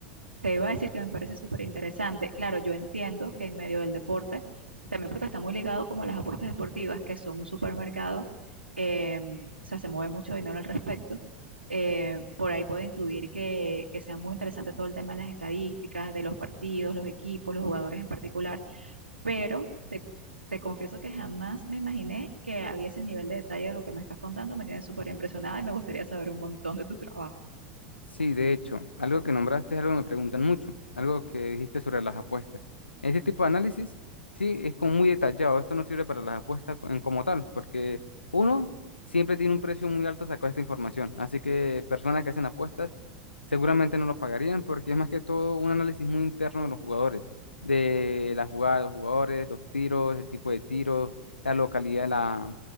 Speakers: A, on the right; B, on the left.
A: Te iba a decir que me parece súper interesante. Claro, yo entiendo que en medio del deporte, también porque está muy ligado como a las apuestas deportivas, que son un supermercado, eh, o sea, se mueve mucho dinero al respecto. eh, por ahí puedo intuir que, que sea muy interesante todo el tema de las estadísticas, de los partidos, los equipos, los jugadores en particular, pero te, te confieso que jamás me imaginé que había ese nivel de detalle de lo que me estás contando. Me tienes súper impresionada y me gustaría saber un montón de tu trabajo.
B: Sí, de hecho, algo que nombraste es algo que me preguntan mucho, algo que dijiste sobre las apuestas. Este tipo de análisis, sí, es como muy detallado. Esto no sirve para las apuestas co- en como tal, porque uno siempre tiene un precio muy alto sacar esta información. Así que personas que hacen apuestas seguramente no lo pagarían porque es más que todo un análisis muy interno de los jugadores, de la jugada de los jugadores, los tiros, el tipo de tiros, la localidad